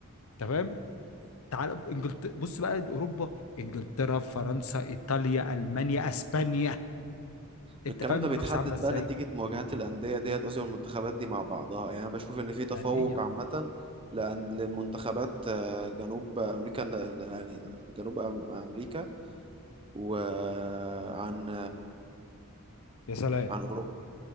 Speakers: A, on the left (about 70°); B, on the right (about 25°).
A: تمام تعال انجلترا بص بقى اوروبا انجلترا فرنسا ايطاليا المانيا اسبانيا انت
B: الكلام
A: فاهم
B: ده
A: المنافسه
B: بيتحدد
A: عامله ازاي
B: بقى نتيجة مواجهات الأندية ديت قصدي والمنتخبات دي مع بعضها يعني أنا بشوف إن في تفوق
A: يعني ايه يا عم
B: عامة لأن للمنتخبات آه، جنوب أمريكا يعني جنوب أم- أمريكا وعن
A: يا سلام
B: عن أوروبا